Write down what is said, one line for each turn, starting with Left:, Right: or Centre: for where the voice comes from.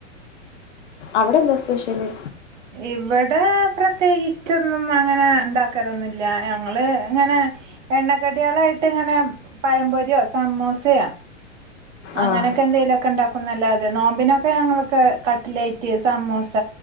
Left: അവിടെന്താ സ്പെഷ്യല്
Right: ഇവിടെ പ്രത്യേകിച്ചൊന്നും അങ്ങനെ ഇണ്ടാക്കറൊന്നുമില്ല ഞങ്ങള് ഇങ്ങനെ എണ്ണക്കടിയള ആയിട്ട് ഇങ്ങനെ പയംപൊരിയോ സമോസയോ അങ്ങനെയൊക്കെ
Left: ആഹ്
Right: എന്തെലുംക്കെ ഉണ്ടാക്കുംല്ലാതെ നോമ്പിനൊക്കെ ഞങ്ങളൊക്ക് കട്്ലേറ്റ് സമൂസ